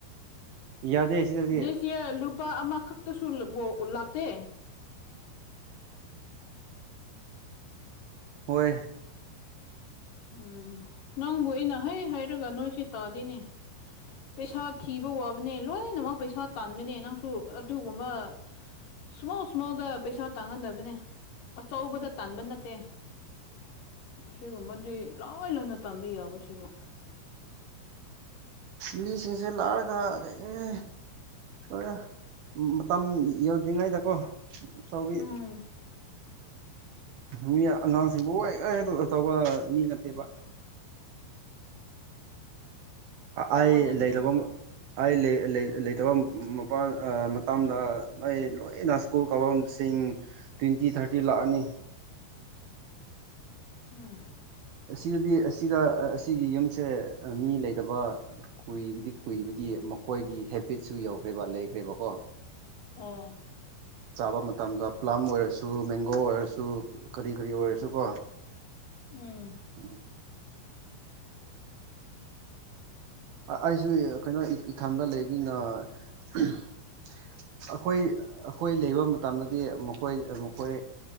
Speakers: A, on the right; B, on the left.
A: ꯌꯥꯗꯦ ꯁꯤꯗꯗꯤ
B: ꯗꯤꯁ ꯌꯔ ꯂꯨꯄꯥ ꯑꯃꯈꯛꯇꯁꯨ ꯂꯥꯛꯇꯦ
A: ꯍꯣꯏ
B: ꯎꯝ ꯅꯪꯕꯨ ꯑꯩꯅ ꯍꯥꯢ ꯍꯥꯢ ꯍꯥꯏꯔꯒ ꯅꯣꯏꯁꯤ ꯇꯥꯗꯦꯅꯦ ꯄꯩꯁꯥ ꯊꯤꯕ ꯋꯥꯕꯅꯦ ꯂꯣꯏꯅꯃꯛ ꯄꯩꯁꯥ ꯇꯥꯟꯕꯅꯦ ꯅꯪꯁꯨ ꯑꯗꯨꯒꯨꯝꯕ ꯁꯨꯃꯥꯎ ꯁꯨꯃꯥꯎꯗ ꯄꯩꯁꯥ ꯇꯥꯟꯒꯗꯕꯅꯦ ꯑꯆꯧꯕꯗ ꯇꯥꯟꯕ ꯅꯠꯇꯦ ꯑꯁꯤꯒꯨꯝꯕꯗꯤ ꯂꯣꯏ ꯂꯣꯏꯅ ꯇꯥꯟꯕ ꯌꯥꯕꯁꯤꯕꯨ
A: ꯃꯤꯁꯤꯡꯁꯦ ꯂꯥꯛꯔꯒ ꯂꯩꯔꯦ ꯍꯣꯏ ꯃꯇꯝ ꯌꯧꯗ꯭ꯔꯤꯉꯩꯗꯀꯣ ꯇꯧꯕꯤ
B: ꯎꯝ
A: ꯃꯤ ꯑꯉꯥꯡꯁꯤꯡꯕꯨ ꯋꯣꯢ ꯋꯣꯢ ꯇꯧꯕ ꯃꯤ ꯅꯠꯇꯦꯕ
B: ꯇꯧꯒꯗꯕꯅꯦ
A: ꯑꯩ ꯂꯩꯇꯕ ꯑꯩ ꯂꯩꯇꯕ ꯃꯄꯥꯥꯟ ꯃꯇꯝꯗ ꯂꯣꯏ ꯂꯣꯏꯅ ꯁ꯭ꯀꯨꯜ ꯀꯥꯐꯝꯁꯤꯡ ꯇ꯭ꯋꯦꯟꯇꯤ ꯊꯥꯔꯇꯤ ꯂꯥꯛꯑꯅꯤ
B: <unintelligible> ꯎꯝ
A: ꯑꯁꯤꯗꯗꯤ ꯑꯁꯤꯗ ꯑꯁꯤꯒꯤ ꯌꯨꯝꯁꯦ ꯃꯤ ꯂꯩꯇꯕ ꯀꯨꯏꯕꯗꯤ ꯀꯨꯏꯕꯒꯤ ꯃꯈꯣꯏꯒꯤ ꯍꯦꯕꯤꯠꯁꯨ ꯌꯧꯈ꯭ꯔꯦꯕ ꯂꯩꯈ꯭ꯔꯦꯕꯀꯣ
B: ꯑꯣ
A: ꯆꯥꯕ ꯃꯇꯝꯗ ꯄꯂꯝ ꯑꯣꯏꯔꯁꯨ ꯃꯦꯡꯒꯣ ꯑꯣꯏꯔꯁꯨ ꯀꯔꯤ ꯀꯔꯤ ꯑꯣꯏꯔꯁꯨ ꯀꯣ
B: ꯎꯝ
A: ꯎꯝ ꯑꯩꯁꯨ ꯀꯩꯅꯣ ꯏꯊꯟꯗ ꯂꯩꯕꯅꯤꯅ ꯑꯩꯈꯣꯏ ꯑꯩꯈꯣꯏ ꯂꯩꯕ ꯃꯇꯝꯗꯗꯤ ꯃꯈꯣꯏ ꯃꯈꯣꯏ